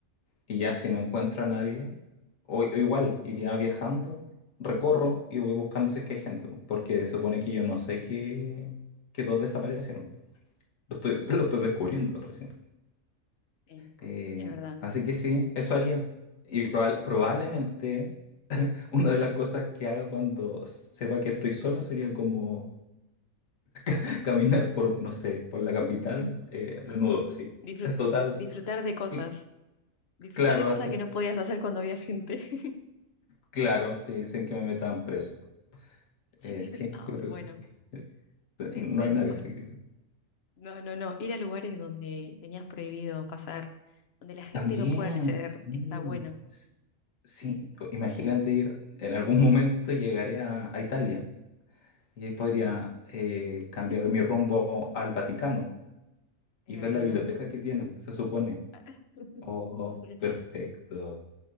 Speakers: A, on the left; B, on the left.
A: Y ya si no encuentro a nadie, o, o igual iría viajando, recorro y voy buscando si es que hay gente, po, porque se supone que yo no sé que, que todos desaparecieron. Lo estoy, <laughs> lo estoy descubriendo recién.
B: Sí,
A: Eh,
B: es verdad.
A: así que sí, eso haría. Y probab- probablemente <laughs> una de las cosas que haga cuando sepa que estoy solo sería como <laughs> caminar por, no sé, por la capital
B: <laughs>
A: eh, desnudo, así.
B: Disfrut-
A: Es Total,
B: disfrutar de cosas,
A: cl-
B: disfrutar
A: claro,
B: de cosas
A: hacer,
B: que no podías hacer cuando había gente. <laughs>
A: claro, sí, sin que me metan preso.
B: Sí,
A: Eh,
B: que
A: sí,
B: te- ah,
A: yo creo
B: bueno,
A: que sí.
B: sí,
A: No
B: sí.
A: hay nadie,
B: O s-
A: así que...
B: no, no, no, ir a lugares donde tenías prohibido pasar, donde la gente
A: También,
B: no puede acceder,
A: sí.
B: está bueno.
A: s- Sí, o- imagínate ir, en algún momento llegaré a, a Italia y ahí podría eh,
B: <laughs>
A: cambiar mi rumbo al Vaticano
B: Es
A: y
B: verdad.
A: ver la biblioteca que tienen, se supone.
B: <laughs>
A: Oh,
B: Sí,
A: perfecto.